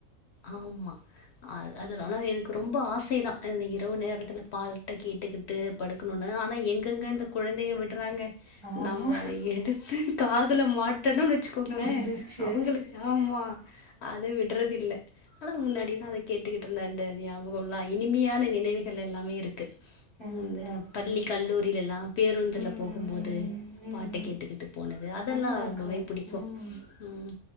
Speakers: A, on the left; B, on the right.
A: ஆமா அது அதுதா ஆனா எனக்கு ரொம்ப ஆசை தா அன இரவு நேரத்துல பால்ட்ட கேட்டுக்கிட் டு படுக்கணுனு ஆனா எங்கெங்க இந்த கொழந்தைய விடுறாங்க
B: ஆமா
A: நம்ம அத எடுத்து காதுல மாட்டுனோ வச்சுக்கோங்களே
B: முடிஞ்சிருச்சு
A: அவுங்களுக்கு ஆமா அத விட்றது இல்ல ஆனா முன்னாடிதா அத கேட்டுக்கிட்டு இருந்த அந்த ஞாபகோ எல்லா இனிமையான நினைவுகள் எல்லாமே இருக்கு
B: கண்டிப்பா
A: ம் அந்த பள்ளி
B: கண்டிப்பா
A: கல்லூரில எல்லா பேருந்துல
B: ம்
A: போகும்போது
B: ம் ம் ம் ம்
A: பாட்டு
B: ம்
A: கேட்டுக்கிட்டு போனது அதெல்லா
B: நல்லா இருக்கு
A: ரொம்பவே பிடிக்கு
B: ம்
A: ம்